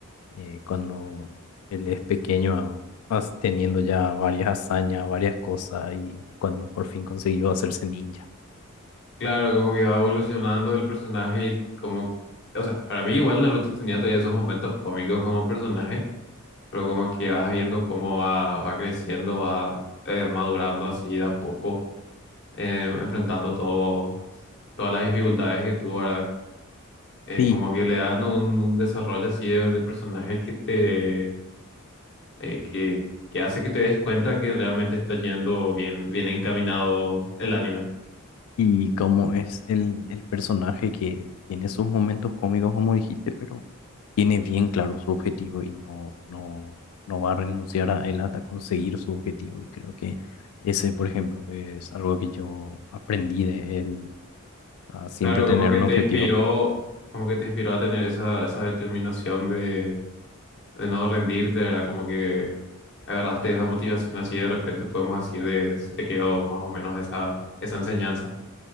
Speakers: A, on the left; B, on the left.
A: eh, cuando él es pequeño, as- teniendo ya varias hazañas, varias cosas, y cuando por fin consiguió hacerse ninja.
B: Claro, como que va evolucionando el personaje y como, o sea, para mí igual Naruto tenía todavía esos momentos cómicos como personaje, pero como que vas viendo cómo va, va creciendo, va eh, madurando así de a poco eh, enfrentando todo, todas las dificultades que tuvo, ¿verdad? Eh,
A: Sí.
B: como que le dan un, un desarrollo así de, de personaje que te, eh, que, que hace que te des cuenta que realmente está yendo bien, bien encaminado el anime.
A: y cómo es el, el personaje que tiene sus momentos cómicos, como dijiste, pero tiene bien claro su objetivo y no, no, no va a renunciar a él hasta conseguir su objetivo. Y creo que ese, por ejemplo, es algo que yo aprendí de él, a siempre
B: Claro,
A: tener
B: como que
A: un
B: te
A: objetivo.
B: inspiró, como que te inspiró a tener esa, esa determinación de, de no rendirte, ¿verdad? Como que agarraste esa motivación así de repente podemos decir de, se te quedó más o menos esa, esa enseñanza.